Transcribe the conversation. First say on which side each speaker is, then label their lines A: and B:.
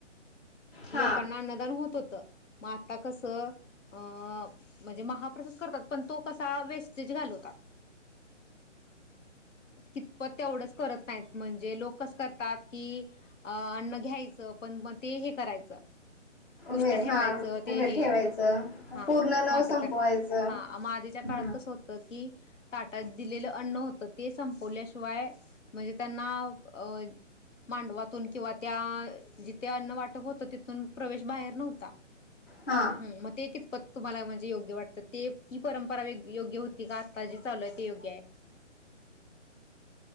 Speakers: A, on the left (about 55°); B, on the left (about 75°).
A: हा
B: लोकांना अन्नदान होत होतं. मग आता कसं अ म्हणजे महाप्रसाद करतात, पण तो कसा वेस्टेज घालवतात‌. कितपत तेवढंच करत नाही म्हणजे लोक कस करतात की अ अन्न घ्याय पण मग ते हे करायचं उष्ट
A: वे
B: ठेवायचं
A: हा
B: ते
A: ठेवायचं
B: हे हा
A: पूर्ण न
B: मात्र
A: संपवायचं
B: काय हा मग आधीच्या काळात
A: हा.
B: कसं होतं की ताटात दिलेलं अन्न हो तर ते संपवल्याशिवाय म्हणजे त्यांना अ मांडवातून किंवा त्या जिते अन्न वाट होत तिथून प्रवेश बाहेर नव्हता.
A: हा
B: हं मग ते कितपत तुम्हाला म्हणजे योग्य वाटतं? ते की परंपरा योग्य होती का आता जी चालू आहे ते योग्य आहे?